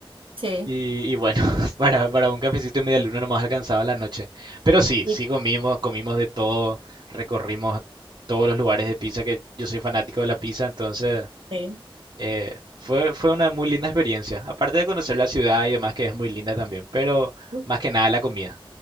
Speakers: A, on the right; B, on the right.
A: Sí,
B: Y, y bueno, <laughs> para, para un cafecito y media luna no nomás alcanzaba la noche. Pero sí,
A: y-
B: sí comimos, comimos de todo, recorrimos todos los lugares de pizza, que yo soy fanático de la pizza, entonces
A: sí.
B: eh, fue, fue una muy linda experiencia. Aparte de conocer la ciudad y demás, que es muy linda también, pero
A: Pero-
B: más que nada la comida.